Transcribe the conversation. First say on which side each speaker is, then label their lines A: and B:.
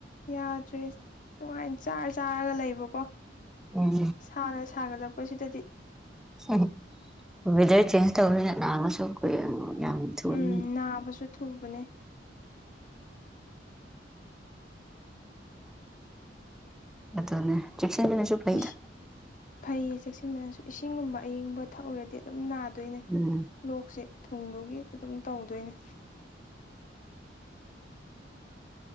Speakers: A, on the left; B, in the centre.
A: ꯌꯥꯗ꯭ꯔꯦ ꯅꯨꯡꯉꯥꯏꯅ ꯆꯥꯔ ꯆꯥꯔꯒ ꯂꯩꯕꯀꯣ
B: ꯎꯝ
A: ꯁꯥꯅ ꯁꯥꯒꯠꯂꯛꯄ ꯄꯁ ꯇꯗꯤ
B: ꯎꯝ ꯋꯦꯗꯔ ꯆꯦꯟꯖ ꯇꯧꯅꯤꯗ ꯅꯥꯒꯁꯨ ꯀꯨꯏꯔ ꯌꯥꯝ ꯊꯣꯛꯣꯏꯅꯤ
A: ꯎꯝ ꯅꯥꯕꯁꯨ ꯊꯨꯕꯅꯦ
B: ꯑ ꯆꯟꯒꯤꯅꯁꯨ ꯐꯥꯏꯗ
A: ꯏꯁ ꯐꯩꯌꯦ ꯆꯦꯛꯁꯤꯟꯕꯅꯁꯨ ꯏꯁꯤꯡꯒꯨꯝꯕ ꯑꯏꯤꯡꯒꯨꯝꯕ ꯊꯛꯎꯨꯔꯗꯤ ꯑꯗꯨꯝ ꯅꯥꯗꯣꯏꯅꯦ
B: ꯎꯝ
A: ꯂꯣꯛꯁꯦ ꯊꯨꯝꯗꯨꯒꯤ ꯑꯗꯨꯝ ꯇꯧꯗꯣꯏꯅꯦ